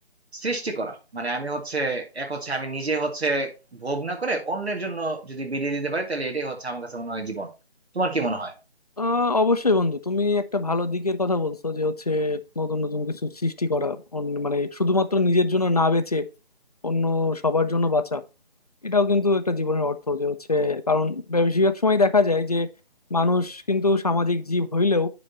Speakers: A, on the right; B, on the left.
A: সৃষ্টি করা মানে আমি হচ্ছে এক হচ্ছে আমি নিজে হচ্ছে ভোগ না করে অন্যের জন্য যদি বিলিয়ে দিতে পারি তাহলে এটাই হচ্ছে আমার কাছে মনে হয় জীবন তোমার কি মনে হয়
B: আহ অবশ্যই বন্ধু তুমি একটা ভালো দিকের কথা বলছো যে হচ্ছে নতুন নতুন কিছু সৃষ্টি করা অন্য- মানে শুধুমাত্র নিজের জন্য না বেঁচে অন্য সবার জন্য বাঁচা এটাও কিন্তু একটা জীবনের অর্থ যে হচ্ছে কারণ বেশিরভাগ সময় দেখা যায় যে মানুষ কিন্তু সামাজিক জীব হইলেও